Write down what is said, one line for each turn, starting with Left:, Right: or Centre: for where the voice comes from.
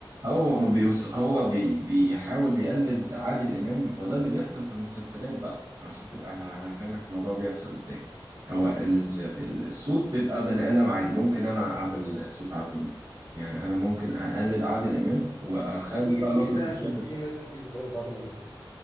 Right: هو ما بيوص... هو بي... بيحاول يقلد عادل امام هو ده اللي بيحصل في المسلسلات بقى عشان تبقى انا انا فاهمك الموضوع بيحصل ازاي
Left: اه
Right: هو ال... ال- الصوت بيبقى بني ادم عادي ممكن انا اعمل صوت عادل امام يعني انا ممكن اقلد عادل امام واخلي
Left: دي
Right: بقى
Left: دي
Right: نبرة
Left: سهلة
Right: الصوت
Left: في
Right: ده
Left: ناس كتير بتقلد عادل إمام